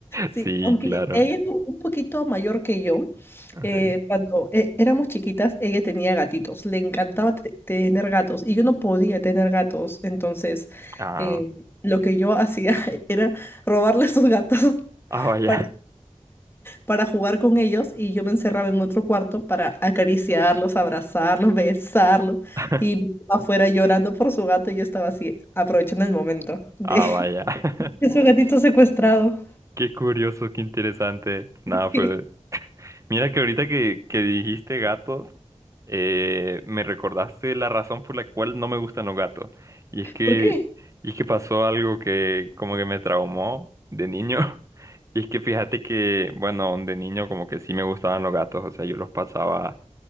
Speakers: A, on the left; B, on the right.
A: Sí,
B: Sí,
A: aunque
B: claro.
A: ella es un un poquito mayor que yo,
B: Ok.
A: eh, cuando eh, éramos chiquitas, ella tenía gatitos, le encantaba te- tener gatos y yo no podía tener gatos, entonces
B: Ah,
A: eh, lo que yo hacía <laughs> era robarle sus gatos <laughs>
B: ah, vaya.
A: para, para jugar con ellos y yo me encerraba en otro cuarto para acariciarlos, abrazarlos, besarlos
B: <laughs>
A: y mi mamá fuera llorando por su gato y yo estaba así aprovechando el momento de,
B: Ah, vaya. <laughs>
A: <laughs> de su gatito secuestrado.
B: Qué curioso, qué interesante. Nada,
A: <laughs>
B: fue, Mira que ahorita que, que dijiste gatos, eh, me recordaste la razón por la cual no me gustan los gatos. Y es que,
A: ¿Por qué?
B: y es que pasó algo que como que me traumó de niño. <laughs> Y es que fíjate que, bueno, de niño como que sí me gustaban los gatos. O sea, yo los pasaba